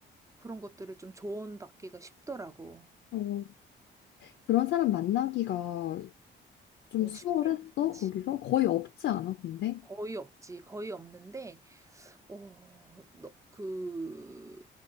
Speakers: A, on the right; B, on the left.
A: 그런 것들을 좀 조언받기가 쉽더라고.
B: 어, 그런 사람 만나기가 좀
A: 어,
B: 수월했어,
A: 쉽지는 않지.
B: 거기서? 거의 없지 않아, 근데?
A: 거의 없지. 거의 없는데, 어, 너, 그,